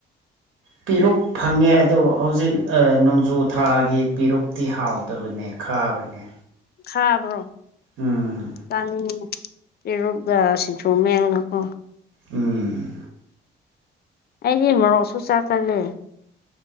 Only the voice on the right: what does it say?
ꯄꯦꯔꯨꯛ ꯐꯪꯉꯦ ꯑꯗꯣ ꯍꯧꯖꯤꯛ ꯅꯣꯡꯖꯨꯊꯥꯒꯤ ꯄꯦꯔꯨꯛꯇꯤ ꯍꯥꯎꯇꯕꯅꯦ ꯈꯥꯕꯅꯦ
ꯎꯝ
ꯎꯝ